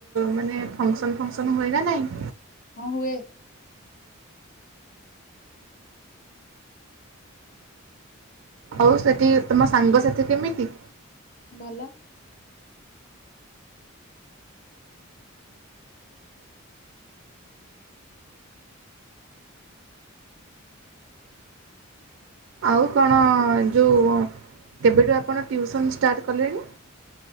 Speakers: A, on the right (about 60°); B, on the left (about 40°).
A: ମାନେ ଫଙ୍କସନ୍ ଫଙ୍କସନ୍ ହୁଏ ନା ନାଇଁ।
B: ହଁ ହୁଏ।
A: ଆଉ ସେଠି ତମ ସାଙ୍ଗସାଥି କେମିତି?
B: ଭଲ।
A: ଆଉ କଣ ଯୋଉ କେବେଠୁ ଆପଣ ଟ୍ୟୁସନ୍ ଷ୍ଟାର୍ଟ କଲେଣି?